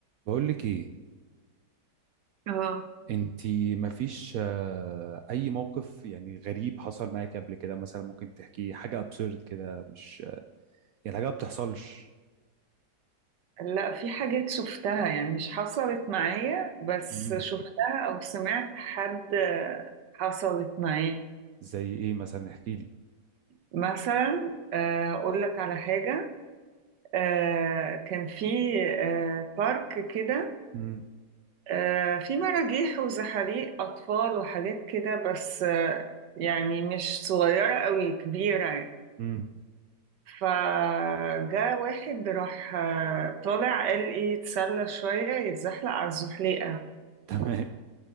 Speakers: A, on the right; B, on the right.
A: بقول لك ايه
B: اه
A: انتي مفيش آه، اي موقف يعني غريب حصل معاك قبل كده مثلا ممكن تحكيه حاجه ابسورد كده مش يعني حاجه ما بتحصلش
B: لا في حاجات شفتها يعني مش حصلت معايا بس
A: مم.
B: شفتها او سمعت حد حصلت معاه
A: زي ايه مثلا احكي لي
B: مثلا آه، اقول لك على حاجة آه، كان في آه، بارك كده
A: مم.
B: آه، في مراجيح وزحاليق اطفال وحاجات كده بس آه، يعني مش صغيرة قوي كبيرة يعني.
A: مم.
B: فجاء واحد راح آه، طالع قال ايه يتسلى شوية يتزحلق على الزحليقة
A: تمام